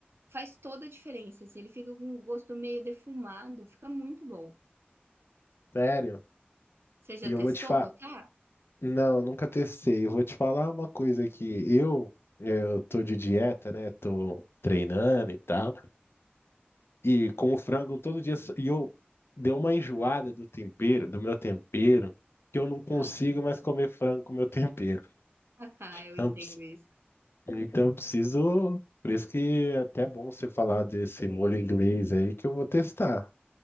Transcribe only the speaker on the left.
Sério?
E eu
vou te falar.
Não, nunca testei. Eu vou te falar uma coisa aqui. Eu, eu tô de dieta, né? Tô treinando e tal. E com o frango todo dia. E eu dei uma enjoada do tempero, do meu tempero, que eu não consigo
mais comer frango com meu tempero.
Então,
Então eu preciso. Por isso que é até bom você falar desse molho inglês aí que eu vou testar.